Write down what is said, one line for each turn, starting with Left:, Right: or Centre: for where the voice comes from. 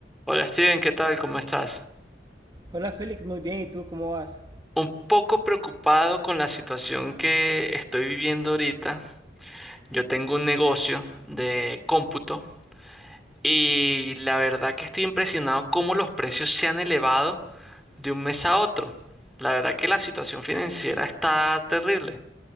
Centre: Hola Steven, ¿qué tal? ¿Cómo estás?
Right: Hola Félix, muy bien, ¿y tú cómo vas?
Centre: Un poco preocupado con la situación que estoy viviendo ahorita. Yo tengo un negocio de cómputo y la verdad que estoy impresionado cómo los precios se han elevado de un mes a otro. La verdad que la situación financiera está terrible.